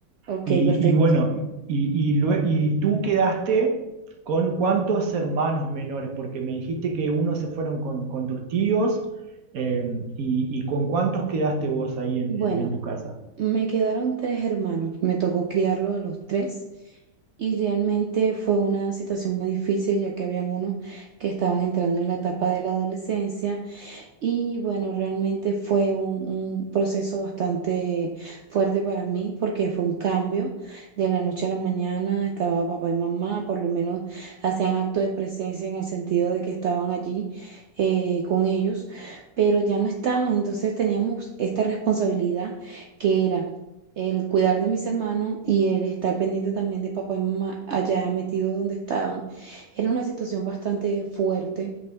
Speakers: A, on the right; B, on the right.
A: Ok,
B: Y,
A: perfecto.
B: y bueno, y, y, lue- y tú quedaste con cuántos hermanos menores, porque me dijiste que unos se fueron con, con tus tíos, eh, y, y con cuántos quedaste vos ahí en,
A: Bueno,
B: en- en tu casa.
A: me quedaron tres hermanos, me tocó criarlos a los tres y realmente fue una situación muy difícil ya que habían unos que estaban entrando en la etapa de la adolescencia. Y bueno, realmente fue un, un proceso bastante fuerte para mí porque fue un cambio de la noche a la mañana. Estaba papá y mamá, por lo menos hacían acto de presencia en el sentido de que estaban allí eh, con ellos, pero ya no estaban. Entonces teníamos esta responsabilidad que era el cuidar de mis hermanos y el estar pendiente también de papá y mamá allá metidos donde estaban. Era una situación bastante fuerte